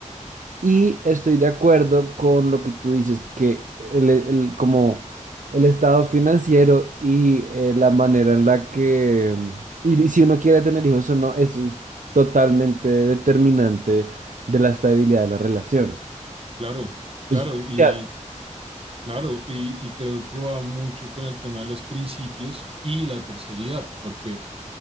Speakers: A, on the right; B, on the right.
A: Y estoy de acuerdo con lo que tú dices, que el, el- como el estado financiero y eh, la manera en la que, y si uno quiere tener hijos o no, eso es totalmente determinante de la estabilidad de la relación.
B: claro, claro,
A: Es
B: y
A: crucial.
B: claro, y, y creo que va mucho con el tema de los principios y la terceridad, porque